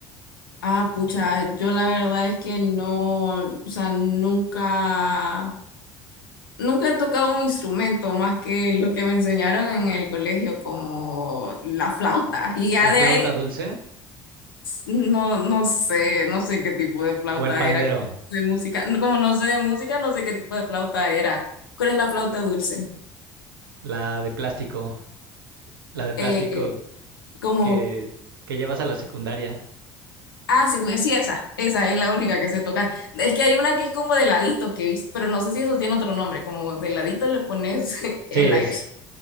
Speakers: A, on the left; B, on the right.
A: Ah, pucha, yo la verdad es que no, o sea, nunca, nunca he tocado un instrumento más que lo que me enseñaron en el colegio, como la flauta. Y ya
B: ¿La
A: de
B: flauta
A: ahí
B: dulce
A: No, no sé, no sé qué tipo de flauta
B: o el pandero?
A: era, de música, como no sé de música, no sé qué tipo de flauta era. ¿Cuál es la flauta dulce?
B: La de plástico, la de
A: Eh,
B: plástico
A: como,
B: que, que llevas a la secundaria.
A: ah, sí, bu- sí, esa, esa es la única que sé tocar. Es que hay una que es como de ladito que he visto, pero no sé si eso tiene otro nombre, como de ladito le pones <laughs>
B: Sí,
A: el
B: es,
A: aire.